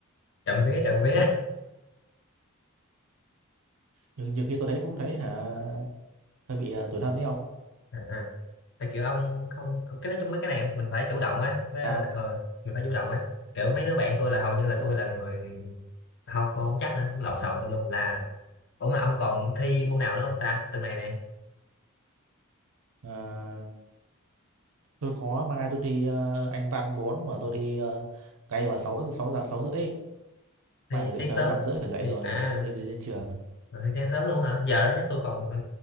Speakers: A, on the left; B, on the right.
A: trộm vía trộm vía
B: nhưng nhiều khi tôi thấy cũng thấy hả hơi bị ờ, tủi thân đấy ông
A: <laughs> à, tại kiểu ông không cái nói chung mấy cái này mình phải chủ động á với
B: sao
A: là ờ, mình phải chủ động ấy kiểu mấy đứa bạn tôi là hầu như là
B: Chứ-
A: tôi là người không cô không chắc nữa lộn xộn tùm lum là ủa mà ông còn thi môn nào nữa không ta tuần này này
B: ờ, tôi có mai tôi thi ờ, Anh văn bốn mà tôi thi ờ, ngay vào 6 6 giờ 6 rưỡi
A: thi
B: mai phải
A: sáng
B: dậy sớm
A: sớm
B: năm rưỡi phải dậy
A: thì
B: rồi
A: à
B: nên đi, đi lên trường
A: rồi thi sáng sớm luôn hả giờ đó chắc tôi còn ừ,